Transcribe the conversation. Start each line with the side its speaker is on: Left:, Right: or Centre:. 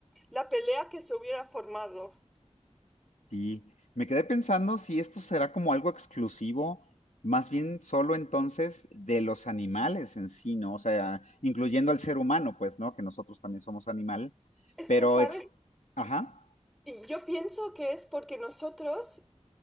Centre: la pelea que se hubiera formado.
Left: Y me quedé pensando si esto será como algo exclusivo, más bien solo entonces de los animales en sí, ¿no? O sea, incluyendo al ser humano, pues, ¿no? Que nosotros también somos animal,
Centre: Es
Left: pero
Centre: que, ¿sabes?
Left: ex... Ajá.
Centre: Y Yo pienso que es porque nosotros